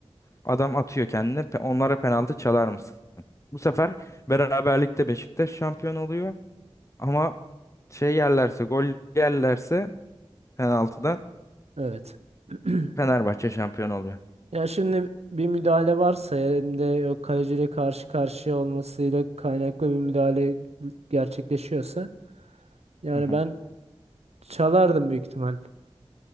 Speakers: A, on the left; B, on the right.
A: adam atıyor kendini. Pe- Onlara penaltı çalar mısın? Bu sefer beraberlikte Beşiktaş şampiyon oluyor ama şey yerlerse gol yerlerse penaltıdan
B: Evet. <clears throat>
A: Fenerbahçe şampiyon oluyor.
B: Ya şimdi bir müdahale varsa hem de o kaleciyle karşı karşıya olmasıyla kaynaklı bir müdahale gerçekleşiyorsa yani
A: Hı hı.
B: ben çalardım büyük ihtimal.